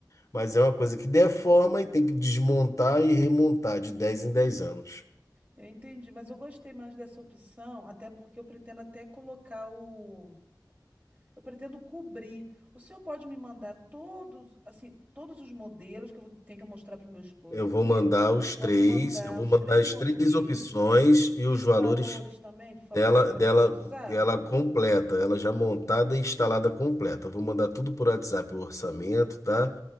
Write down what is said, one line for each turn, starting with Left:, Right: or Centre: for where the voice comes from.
Left: mas é uma coisa que deforma e tem que desmontar e remontar de 10 em 10 anos.
Right: eu entendi, mas eu gostei mais dessa opção, até porque eu pretendo até colocar o, eu pretendo cobrir. O senhor pode me mandar todos, assim, todos os modelos que eu vou- tenho que mostrar para o meu esposo
Left: Eu
Right: aqui?
Left: vou mandar os três,
Right: Pode me mandar
Left: eu vou
Right: os
Left: mandar
Right: três
Left: as
Right: modelos
Left: três opções e os
Right: e os
Left: valores
Right: valores também, por favor,
Left: dela,
Right: agora
Left: dela,
Right: pelo WhatsApp.
Left: ela completa, ela já montada e instalada completa. Eu vou mandar tudo por WhatsApp o orçamento, tá?